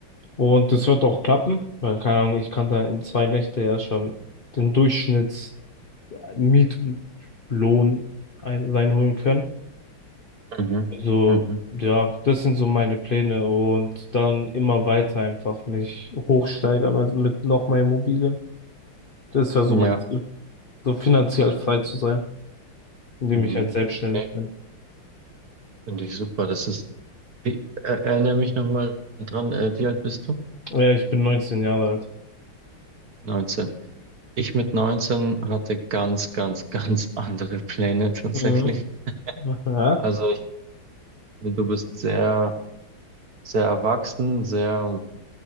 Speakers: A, on the left (about 50°); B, on the right (about 50°).
A: Und das wird auch klappen, weil, keine Ahnung, ich kann da in zwei Nächte ja schon den Durchschnitts Mietlohn ein, reinholen können.
B: mhm,
A: Also,
B: mhm,
A: ja, das sind so meine Pläne und dann immer weiter einfach mich hochsteigern, also mit noch mehr Immobilien. Das wäre so
B: ja,
A: mein Ziel, so finanziell frei zu sein, indem
B: mhm.
A: ich halt selbstständig
B: Nee,
A: bin.
B: finde ich super. Das ist, wie, er, erinnere mich nochmal dran, äh, wie alt bist du?
A: Ja, ich bin 19 Jahre alt.
B: neunzehn Ich mit 19 hatte ganz, ganz, <laughs> ganz andere Pläne tatsächlich.
A: Mhm. Ja,
B: Also ich, du bist sehr, sehr erwachsen, sehr,